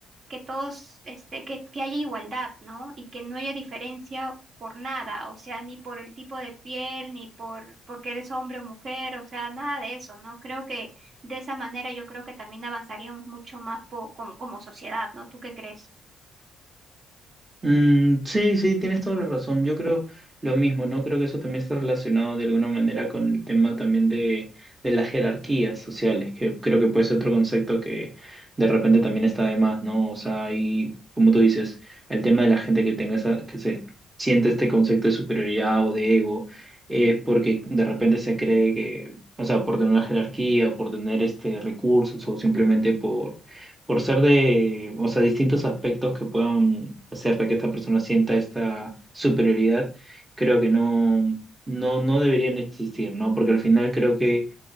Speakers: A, on the right; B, on the right.
A: que todos, este, que, que haya igualdad, ¿no? Y que no haya diferencia por nada, o sea, ni por el tipo de piel, ni por porque eres hombre o mujer, o sea, nada de eso, ¿no? Creo que de esa manera yo creo que también avanzaríamos mucho más po- como, como sociedad, ¿no? ¿Tú qué crees?
B: Mm, sí, sí, tienes toda la razón. Yo creo lo mismo, ¿no? Creo que eso también está relacionado de alguna manera con el tema también de, de las jerarquías sociales, que creo que puede ser otro concepto que de repente también está de más, ¿no? O sea, hay, como tú dices, el tema de la gente que tenga esa, que se siente este concepto de superioridad o de ego, es porque de repente se cree que, o sea, por tener una jerarquía, o por tener este recursos, o simplemente por por ser de, o sea, distintos aspectos que puedan hacer de que esta persona sienta esta superioridad, creo que no, no, no deberían existir, ¿no? Porque al final creo que